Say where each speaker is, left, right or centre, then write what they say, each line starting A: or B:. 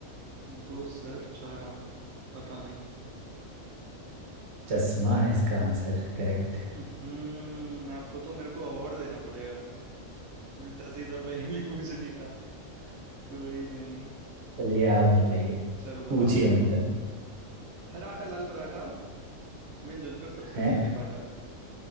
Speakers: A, on the right (about 85°); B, on the right (about 55°).
A: दो सर चार आंख पता नहीं
B: चश्मा है इसका आंसर करेक्ट
A: हम्म आपको तो मेरे को अवार्ड देना पड़ेगा उल्टा सीधा पहेली <laughs> पूछने का कोई नहीं
B: चलिए आप बताइए
A: चलो बताओ
B: पूछिए
A: मेरे
B: मतलब
A: को हरा आटा लाल पराठा मिलजुल कर सब सखियों
B: है
A: ने बांटा